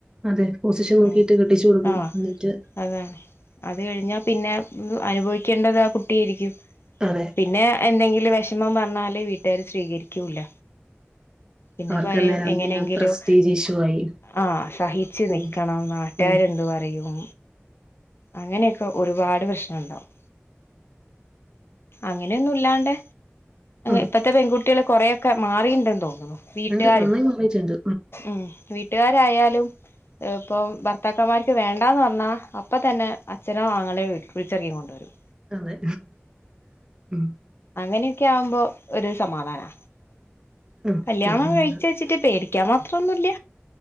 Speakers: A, on the right; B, on the left.
A: അതെ പൊസിഷൻ നോക്കിട്ട്
B: ഉം
A: കെട്ടിച്ചു കൊടുക്കും
B: ആഹ്
A: എന്നിട്ട്
B: അതാണ് അത് കഴിഞ്ഞാൽ പിന്നെ അനുഭവിക്കേണ്ടത് ആഹ് കുട്ടിയായിരിക്കും
A: അതെ
B: പിന്നെ എന്തെങ്കിലും വിഷമം പറഞ്ഞാല് വീട്ടുകാര് സ്വീകരിക്കൂല്ല പിന്നെ
A: അവർക്ക്
B: പറയും
A: അന്നേരം
B: എങ്ങനെയെങ്കിലും
A: പിന്നെ പ്രസ്റ്റീജ് ഇഷ്യൂ ആയി
B: ആഹ് സഹിച്ചു നി
A: ഉം
B: നാട്ടുകാർ
A: ഉം
B: എന്ത് പറയും അങ്ങനെയൊക്കെ ഒരുപാട് പ്രശ്നം ഉണ്ടാവും അങ്ങനെയൊന്നും ഇല്ലാണ്ട്
A: ഉം
B: ഇപ്പത്തെ പെൺകുട്ടികള് കൊറെക്കെ മാറീണ്ടന്ന് തോന്നുന്നു വീട്ടുകാരും
A: ഉണ്ട് നന്നായി മാറിയിട്ടുണ്ട്
B: ഉം വീട്ടുകാരായാലും ഇപ്പം ഭർത്താക്കന്മാർക്ക് വേണ്ടാന്ന് പറഞ്ഞാ അപ്പം തന്നെ അച്ഛനോ ആങ്ങളെോ വിളിച്ചിറക്കി കൊണ്ടു കൊണ്ടരും
A: അതെ ഉം
B: അങ്ങനെയൊക്കെ ആവുമ്പോ ഒരു സമാധാനാ
A: ഉം
B: കല്യാണോ
A: പിന്നെ നമ്മള്
B: കഴിച്ച് വച്ചിട്ട് പേടിക്കാൻ മാത്രോന്നുമില്ല